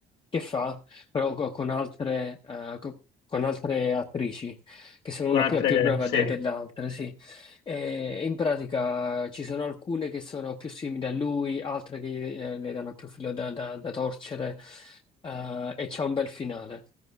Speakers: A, on the left; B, on the left.
A: che fa, però co- con altre, eh, co- con altre attrici, che sono
B: con
A: una
B: altre...
A: più, più brava
B: Sì.
A: de- dell'altra, sì. E in pratica ci sono alcune che sono più simili a lui, altre che eh, le danno più filo da, da- da torcere, eh, e c'è un bel finale.